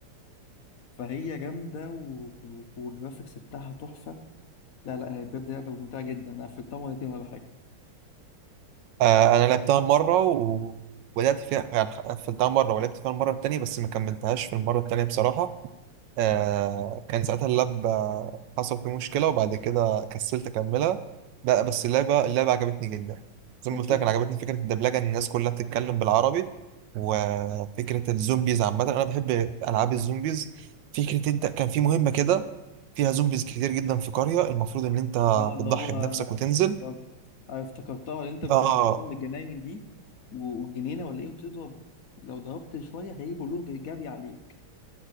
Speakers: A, on the left (about 65°); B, on the right (about 75°).
A: فهي جامده و... و- والجرافيكس بتاعها تحفه لا لا هي بجد لعبة ممتعة جدا أنا قفلتها مرتين ولا حاجة
B: آه انا لعبتها مرة و... ولعبت فيها يعني قفلتها مرة ولعبت فيها المرة التانية بس ما كملتهاش في المرة التانية بصراحة آه كان ساعتها اللاب آه، حصل فيه مشكلة وبعد كده كسلت أكملها لا بس اللعبة اللعبة عجبتني جدا زي
A: هي
B: ما قلت
A: تحفة
B: لك أنا عجبتني فكرة الدبلجة إن الناس كلها بتتكلم بالعربي وفكرة الزومبيز عامة أنا بحب ألعاب الزومبيز فكرة أنت كان في مهمة كده فيها زومبيز كتير جدا في قرية المفروض إن أنت
A: اه اللي
B: بتضحي
A: هو
B: بنفسك وتنزل
A: بالظبط أنا افتكرتها اللي أنت بتنزل
B: آه
A: لهم الجناين دي و- والجنينة ولا إيه وبتضرب لو ضربت شوية هيجي كلهم جري جري عليك